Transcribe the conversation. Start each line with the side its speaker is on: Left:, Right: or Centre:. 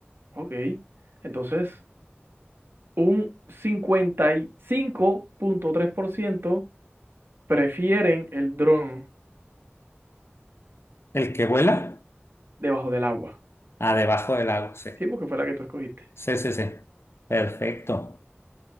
Right: Ok. Entonces, un cincuenta y cinco punto tres por ciento prefieren el dron
Left: El que vuela,
Right: debajo del agua.
Left: a debajo del lago, sí.
Right: Sí, porque fue la que tú escogiste.
Left: Sí, sí, sí. Perfecto.